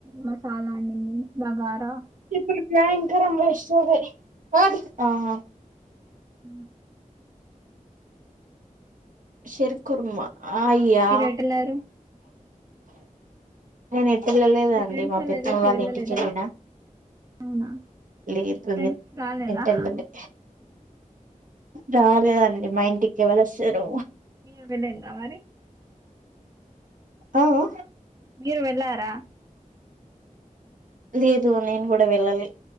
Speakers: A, on the right; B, on the right.
A: మ చాలా అందంగా ఉంది నగారా
B: ఇప్పుడు ప్లానింగు కూడా <unintelligible> అ ఆహా
A: హ
B: శర్ కుర్మా ఆ అయ్యా
A: మీరు ఎటెల్లారు
B: నేను పిల్ల లేదా
A: మీ
B: అండి
A: ఫ్రెండ్స్
B: మా పెద్ద
A: దగ్గరికి
B: వాళ్ళ
A: వెళ్ళలేదా
B: ఇంటికెళ్ళినా
A: అవునా
B: లేదు ఎటో
A: ఫ్రెండ్స్ రాలేదా
B: వెళ్ళింది రాలేదండి మా ఇంటికి ఎవలువస్తారు
A: మీరు వెళ్ళండి మరి
B: అ అ
A: మీరు వెళ్ళారా
B: లేదు నేను కూడా వెళ్ళాలే